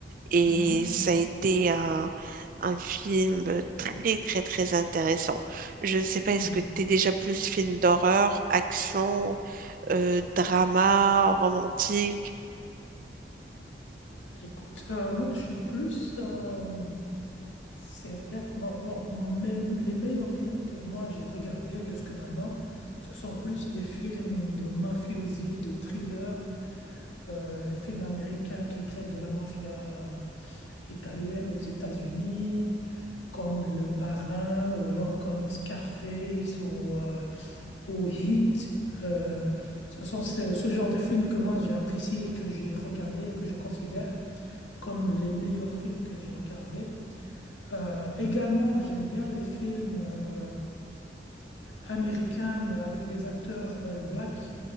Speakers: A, on the right (about 45°); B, on the left (about 90°).
A: Et
B: Mhm.
A: ça a été euh, un film très, très, très intéressant. Je ne sais pas,
B: Mhm.
A: est-ce que tu es déjà plus film d'horreur, action, euh, drama, romantique?
B: Écoute, euh, moi, je suis plus. euh, C'était bon, bon, même les meilleurs films que moi j'ai regardés jusque maintenant, ce sont plus des films de mafiosi, de thriller, euh, les films américains qui traitent de la mafia italienne aux États-Unis, comme Le Parrain ou alors comme Scarface ou, euh, ou Heat. Euh, ce sont ce, ce genre de films que moi j'ai apprécié et que j'ai regardé et que je considère comme les meilleurs films que j'ai regardés. Euh, également, j'aime bien les films euh, américains, mais avec des acteurs euh, blacks